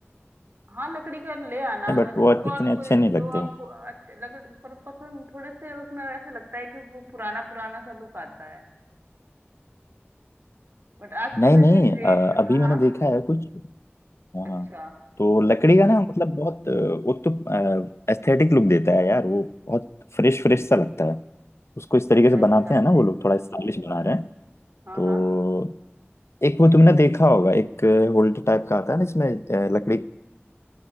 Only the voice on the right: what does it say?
हाँ लकड़ी का ले आना अगर
जो
आपको
देखो
जो आपको अच्छा लकड़ी पर पसंद थोड़े से उसमें वैसे लगता है कि वो पुराना पुराना सा लुक आता है बट आजकल
तो
इतने ट्रेंड
हाँ
हाँ
अच्छा
अच्छा
अच्छा
हाँ
हाँ